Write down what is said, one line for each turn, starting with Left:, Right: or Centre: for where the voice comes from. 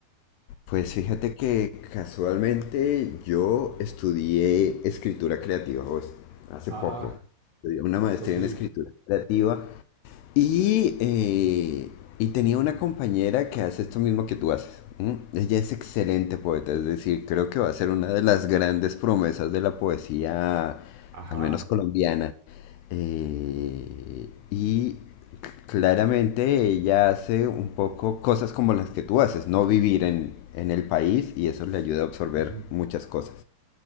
Left: Pues fíjate que casualmente yo estudié escritura creativa, pues, hace
Right: Ajá,
Left: poco. Estudié una maestría
Right: ok,
Left: en escritura creativa y, eh, y tenía una compañera que hace esto mismo que tú haces. ¿m? Ella es excelente poeta, es decir, creo que va a ser una de las grandes promesas de la poesía,
Right: ajá,
Left: al menos colombiana.
Right: l-
Left: Eh, y Claramente ella hace un poco cosas como las que tú haces, no vivir en, en el país y eso le ayuda a absorber
Right: ujú,
Left: muchas cosas.